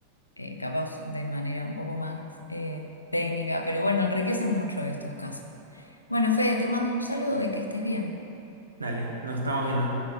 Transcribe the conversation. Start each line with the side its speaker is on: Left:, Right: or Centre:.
Left: eh, capaz de manera un poco más eh, técnica, pero bueno, enriquecen mucho estos casos. Bueno, Fede, te mando un saludo y que estés bien.
Right: Dale, nos estamos viendo.